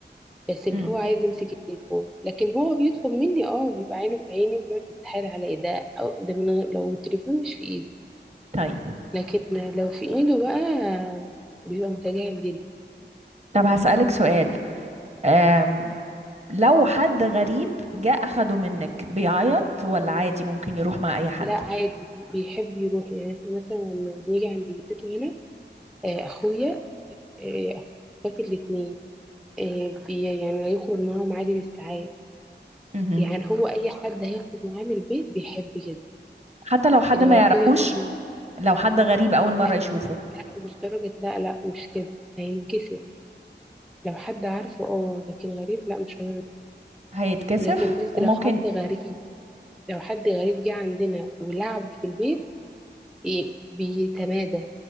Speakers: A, in the centre; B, on the right (about 35°).
A: بس اللي
B: امم
A: هو عايز يمسك التليفون لكن هو بيطلب مني اه بيبقى عينه في عيني وبيقعد يتحايل عليا ده أو ده من غير لو التليفون مش في إيدي
B: طيب
A: لكن لو في ايده بقى بيبقى متجاهل جدا
B: طب هسألك سؤال أم... لو حد غريب جه أخده منك بيعيط ولا عادي ممكن يروح مع أي حد
A: لا عادي بيحب يروح يعني احنا مثلا لما بنيجي عند جدته هنا آه، اخويا آه، اخواتي الاتنين آه، بي يعني يخرج معاهم عادي للساعات
B: مهم.
A: يعني هو اي حد هيخرج معاه من البيت بيحب كده
B: حتى لو حد
A: اللي
B: ما
A: هو
B: يعرفوش
A: اخويا برضه
B: لو حد غريب أول مرة
A: لا
B: يشوفه
A: لا مش درجة لا لا مش كده هينكسر لو حد عارفه اه لكن غريب لا مش هيرضى
B: هيتكسف
A: لكن بس
B: وممكن
A: لو حد غريب لو حد غريب جه عندنا ولعب في البيت إيه بيتمادى